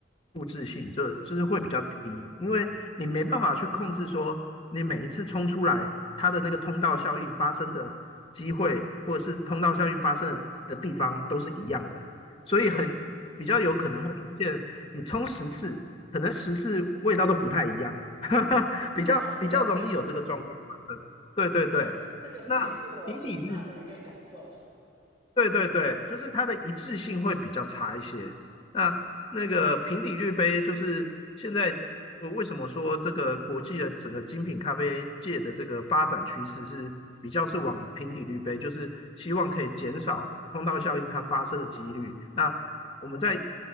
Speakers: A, on the left; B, on the right.
A: 复制性就就是会比较低，因为你没办法去控制说你每一次冲出来它的那个通道效应发生的机会，或者是通道效应发生的的地方都是一样的，所以很比较有可能会出现你冲十次，
B: 的确，嗯，
A: 可能十次味道都不太一样 <laughs>，比较比较容易有这个状况发生。
B: 啊，对
A: 对对对，
B: 对，这个也是我很大的一个感受，
A: 那比比率对对对，就是它的一致性会比较差一些。那那个平底滤杯，就是现在我为什么说这个国际的整个精品咖啡界的这个发展趋势是比较是往平底滤杯，就是希望可以减少通道效应它发生的几率。那我们在